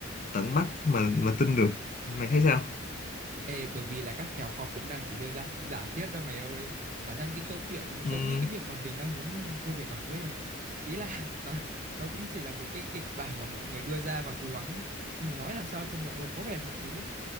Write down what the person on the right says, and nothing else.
Ê, bởi vì là các nhà khoa học cũng đang chỉ đưa ra giả thiết đâu mày ơi. Bản thân cái câu chuyện giống
như cái việc mà mình đang muốn quay về quá khứ ấy mày. Ý là <laughs> nó nó cũng chỉ là một cái kịch bản mà mọi người đưa ra và cố gắng nói làm sao cho mọi người có vẻ là hợp lý ấy.